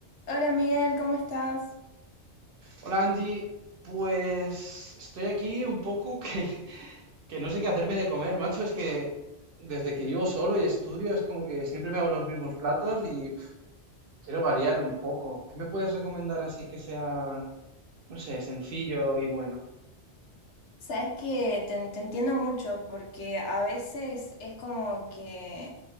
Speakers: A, on the left; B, on the right.
A: Hola Miguel, ¿cómo estás?
B: Hola Angie, pues estoy aquí un poco que, que no sé qué hacerme de comer, macho. Es que desde que vivo solo y estudio es como que siempre me hago los mismos platos y pf, quiero variar un poco. ¿Qué me puedes recomendar así que sea, no sé, sencillo y bueno?
A: Sabes que te, te entiendo mucho porque a veces es como que